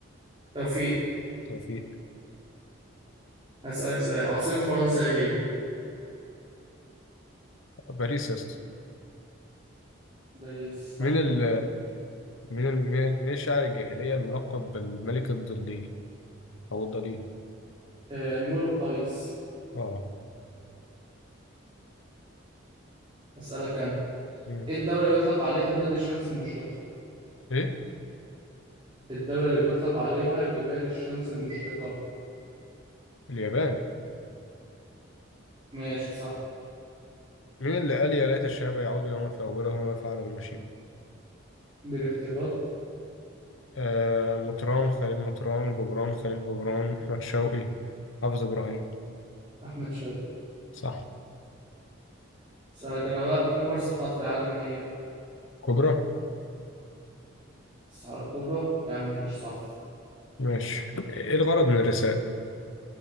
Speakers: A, on the right (about 25°); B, on the left (about 75°).
A: توفيق
B: توفيق
A: هسألك سؤال عاصمة فرنسا ايه هي؟
B: باريس يا اسطى
A: باريس صح
B: مين ال مين ال مين ال- مين الشاعر الجاهلية الملقب بالملك الضليل أو الضليل
A: آه مرور القيس
B: اه
A: أسألك أنا
B: مم.
A: ايه الدولة اللي بيطلق عليها بلاد الشمس المشرقة؟
B: إيه؟
A: الدولة اللي بيطلق عليها جبال الشمس المشرقة
B: اليابان
A: ماشي صح
B: مين اللي قال يا ليت الشباب يعودوا يوما فأولهم ما فعل بالمشيب
A: اديني اختيارات
B: آه مطران خليل مطران جبران خليل جبران أحمد شوقي حافظ إبراهيم
A: أحمد شوقي
B: صح
A: أسألك أنا بقى أكبر صحراء في العالم ايه هي؟
B: كبرى
A: الصحراء الكبرى يا عم ماشي صح
B: ماشي إيه الغرض من الرساء